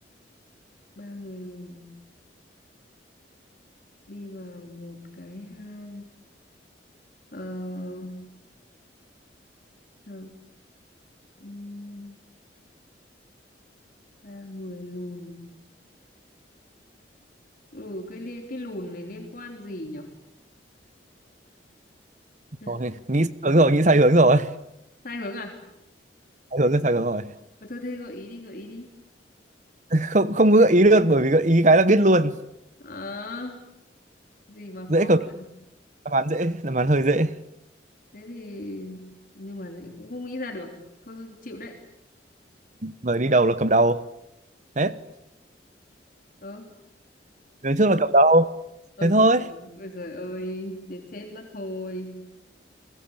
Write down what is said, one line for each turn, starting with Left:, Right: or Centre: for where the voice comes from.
Left: ba người lùn đi vào một cái hang ờ, ờ, ừm, ba người lùn ừ, cái li- cái lùn này liên quan gì nhỉ <laughs>
Right: Thôi, nghĩ sai hướng rồi nghĩ sai hướng rồi
Left: sai hướng à
Right: sai hướng
Left: thế,
Right: rồi sai hướng rồi
Left: ờ, thôi thế gợi ý đi gợi ý đi
Right: không không có gợi ý được bởi vì gợi ý cái là biết luôn
Left: Ờ, gì mà
Right: dễ
Left: khó
Right: cầm
Left: vậy
Right: đáp án dễ đáp án hơi dễ
Left: thế thì nhưng mà dễ- cũng không nghĩ ra được thôi thôi, chịu đấy
Right: người đi đầu là cầm đầu hết
Left: ờ
Right: người trước là cầm đầu
Left: ôi
Right: thế thôi
Left: trời ơi ôi trời ơi đến chết mất thôi